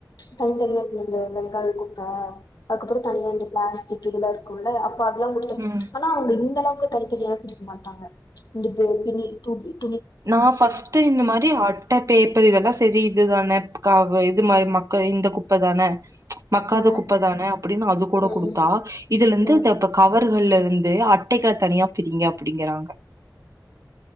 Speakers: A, on the left; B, on the right.
A: தனி தனியாண்டு அந்த வெங்காய குப்பை அதுக்கப்புறம் தனியாண்டு பிளாஸ்டிக் இதெல்லாம் இருக்கும்ல <unintelligible>
B: ம்
A: ஆனா அவங்க இந்த அளவுக்கு எங்கக்கா தனி தனியல்லாம் பிரிக்க மாட்டாங்க இந்த துனி தூவி
B: நான் ஃபஸ்ட்டு இந்த மாரி அட்டை பேப்பர் இதெல்லாம் சரி இதுதானே காவு இது மாரி மக்கள் இந்த குப்ப தான மக்காத
A: ம்
B: குப்ப தான அப்படின்னு அது கூட
A: ம்
B: குடுத்தா இதுலந்து
A: ம்
B: இந்தப்ப கவர் கவர்க இருந்து வந்து அட்டைகள தனியா பிரிங்க அப்படிங்கறாங்க